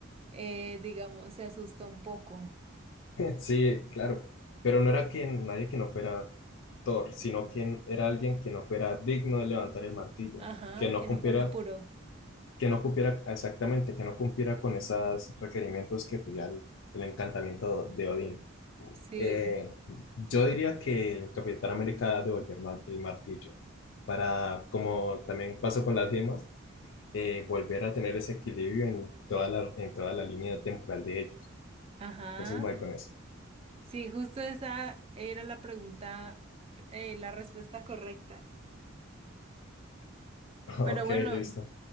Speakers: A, on the right; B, on the left.
A: eh, digamos, se asustó un poco.
B: Sí, claro, pero no era que nadie que no fuera Thor, sino quien era alguien que no fuera digno de levantar el martillo,
A: Ajá,
B: que no
A: que
B: cumpliera,
A: no fuera puro.
B: que no cumpliera exactamente, que no cumpliera con esos requerimientos que pedía el, el encantamiento de Odín.
A: Sí,
B: Eh, yo diría que el Capitán América devolvió el, mar- el martillo para, como también pasó con las gemas, eh, volver a tener ese equilibrio en toda la, en toda la línea temporal de ellos.
A: ajá.
B: Entonces me voy con eso.
A: Sí, justo esa era la pregunta, eh, la respuesta correcta.
B: <laughs>
A: Pero
B: Ok,
A: bueno,
B: listo.